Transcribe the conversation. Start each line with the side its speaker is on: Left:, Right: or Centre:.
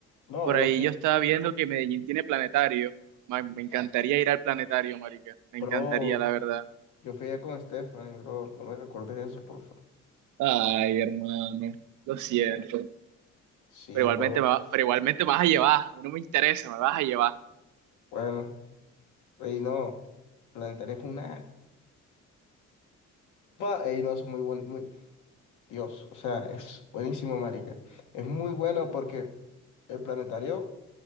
Left: no,
Right: Por
Left: bro,
Right: ahí
Left: es que,
Right: yo estaba viendo que Medellín tiene planetario. Man, me
Left: sí,
Right: encantaría ir al planetario, marica. Me
Left: bro,
Right: encantaría, la verdad.
Left: yo fui allá con Stephanie, bro, no me recuerdes eso, por favor.
Right: Ay, hermano, lo siento.
Left: Sí,
Right: Pero igualmente
Left: bro,
Right: me va- pero igualmente me vas a llevar. A mí no me interesa, me vas a llevar.
Left: bueno, y no, Planetaria es una, pa, y no, eso es muy bonito, Dios, o sea, es buenísimo, marica. Es muy bueno porque el planetario